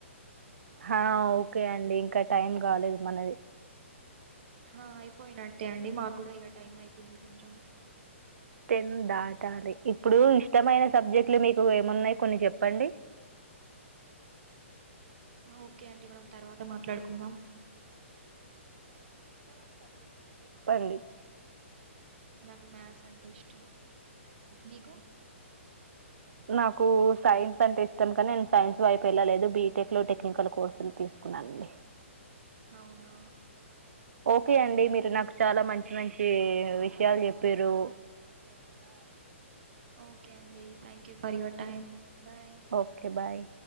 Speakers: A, on the right; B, on the right.
A: హ ఓకే అండి ఇంకా టైం కాలేదు మనది,
B: ఆ అయిపోయినట్టే అండి మాకు కూడా ఇక టైం అయితుంది. కొంచెం
A: టెన్ దాటాలి ఇప్పుడు ఇష్టమైన సబ్జెక్ట్లు మీకు ఏన్ని ఉన్నాయి, కొన్ని చెప్పండి
B: ఓకే అండి మనం తర్వాత మాట్లాడుకుందాం.
A: అండీ
B: నాకు మ్యాథ్స్ అంటే ఇష్టం నీకు,
A: నాకు సైన్స్ అంటే ఇష్టం కానీ నేను సైన్స్ వైపు వెళ్ళలేదు బీటెక్ లో టెక్నికల్ కోర్సులు తీసుకున్నానండి.
B: అవునా
A: ఓకే అండి మీరు నాకు చాలా మంచి మంచి విషయాలు చెప్పిరు.
B: ఓకే అండి thank you for your time bye
A: okay bye